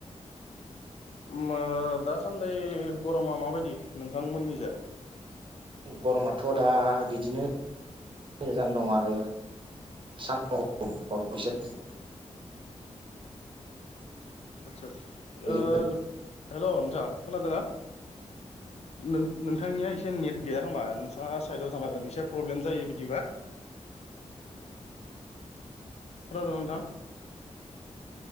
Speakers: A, on the left; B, on the right.
A: <unintelligible> दासान्दै गरमा माबायदि नोंथांमोननि जा
B: गरमाथ' दा बिदिनो गोजान दं आरो सान <unintelligible>
A: आदसा
B: बिदि
A: ओ नो हेल' नोंथां खोनादो ना? नों-नोंथांनिया एसे नेट गैया खोमा नोंथाङा साइदाव थानांगोन एसे प्रब्लेम जायो बिदिबा खोनादों ना नोंथां